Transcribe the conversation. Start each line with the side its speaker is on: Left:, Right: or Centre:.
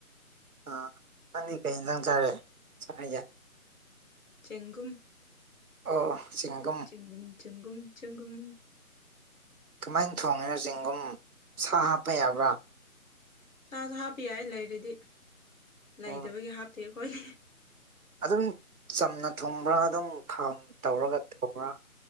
Right: ꯑꯥ ꯅꯪꯗꯤ ꯀꯩ ꯏꯟꯖꯥꯡ ꯆꯥꯔꯦ <unintelligible>
Left: ꯆꯦꯡꯒꯨꯝ
Right: ꯑꯣ ꯆꯤꯡꯒꯝ
Left: ꯆꯦꯡꯒꯨꯝ ꯆꯦꯡꯒꯨꯝ ꯆꯦꯡꯒꯨꯝ
Right: ꯀꯃꯥꯏꯅ ꯊꯣꯡꯉꯤꯅꯣ ꯆꯤꯡꯒꯨꯝ ꯁꯥ ꯍꯥꯞꯄ ꯌꯥꯕ꯭ꯔꯥ
Left: ꯁꯥꯁꯨ ꯍꯥꯞꯄ ꯌꯥꯏ ꯂꯩꯔꯗꯤ ꯂꯩꯇꯕꯒꯤ
Right: ꯎꯝ
Left: ꯍꯥꯞꯇꯦ ꯑꯩꯈꯣꯏꯒꯤ
Right: ꯑꯗꯨꯝ ꯆꯝꯅ ꯊꯨꯝꯕ꯭ꯔꯥ ꯑꯗꯨꯝ ꯈꯥꯡ ꯇꯧꯔꯒ ꯊꯨꯝꯕ꯭ꯔꯥ